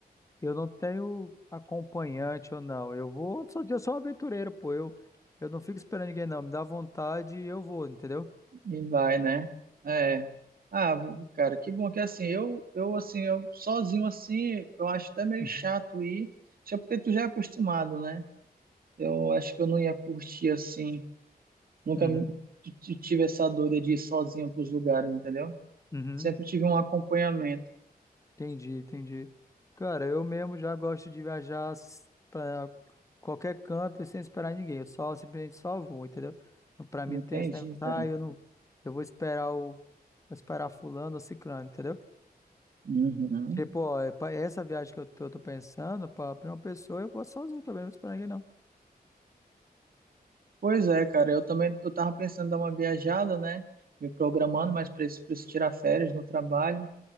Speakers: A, on the left; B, on the right.
A: Eu não tenho acompanhante ou não. Eu vou, só- eu sou um aventureiro, pô. Eu, eu não fico esperando ninguém, não. Me dá vontade e eu vou, entendeu?
B: E vai, né? É. Ah, cara, que bom que assim, eu, eu assim, eu sozinho assim, eu acho até meio
A: Uhum.
B: chato ir, só porque tu já é acostumado, né? Eu acho que eu não ia curtir assim, nunca
A: Uhum.
B: me- t- t- tive essa dor de ir sozinho pros lugares, entendeu?
A: Uhum.
B: Sempre tive um acompanhamento.
A: Entendi, entendi. Cara, eu mesmo já gosto de viajar s- pra qualquer canto e sem esperar ninguém. Eu só simplesmente só vou, entendeu? Então, Pra mim
B: Entendi,
A: não tem esse negócio,
B: cara.
A: ah, eu não, eu vou esperar o, vou esperar fulano ou ciclano, entendeu?
B: Uhum.
A: Tipo, ó, é pra- essa viagem que eu tô, eu tô pensando, pra pra uma pessoa, eu vou sozinho também, não vou esperar ninguém,
B: Pois é, cara, eu também eu tava pensando em dar uma viajada, né? Me programando, mas preciso, preciso tirar férias no trabalho